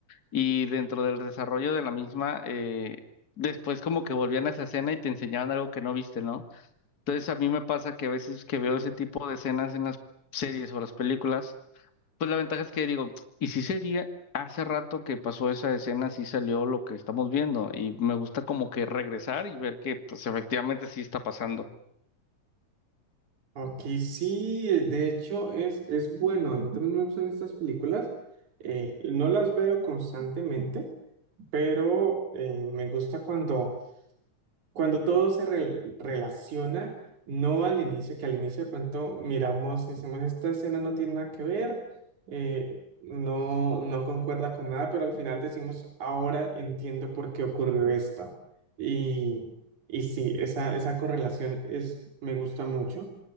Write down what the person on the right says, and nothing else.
Ok, sí, eh, de hecho es, es bueno. A mí también me gustan estas películas. Eh, no las veo constantemente, pero eh, me gusta cuando, cuando todo se re- relaciona, no al inicio, que al inicio de pronto miramos y decimos, esta escena no tiene nada que ver, eh, no, no concuerda con nada, pero al final decimos, ahora entiendo por qué ocurrió esto. Y, y sí, esa, esa correlación es, me gusta mucho.